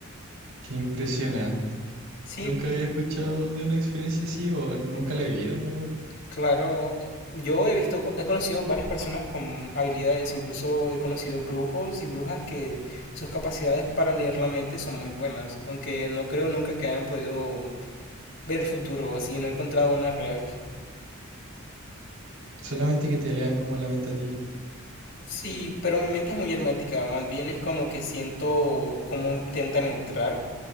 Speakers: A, on the right; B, on the left.
A: Qué impresionante.
B: Sí,
A: Nunca había escuchado de una experiencia así o nunca la he vivido, en verdad.
B: claro, yo he visto he conocido varias personas con habilidades, incluso he conocido brujos y brujas que sus capacidades para leer la mente son muy buenas, aunque no creo nunca que hayan podido ver el futuro, así no he encontrado una real.
A: Solamente que te lean como la mente a ti.
B: Sí, pero mi mente es muy hermética, más bien es como que siento cómo intentan entrar